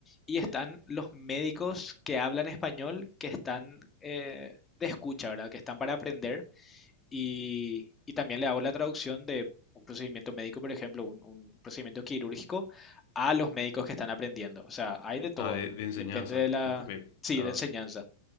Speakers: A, on the left; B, on the left.
A: y están los médicos que hablan español, que están eh, de escucha, ¿verdad? Que están para aprender y, y también le hago la traducción de un procedimiento médico, por ejemplo, un, un procedimiento quirúrgico, a los médicos que están aprendiendo. O sea, hay de todo.
B: Ah, de, de enseñanza,
A: Depende de
B: o
A: la,
B: sea, también.
A: sí,
B: Ah,
A: de enseñanza.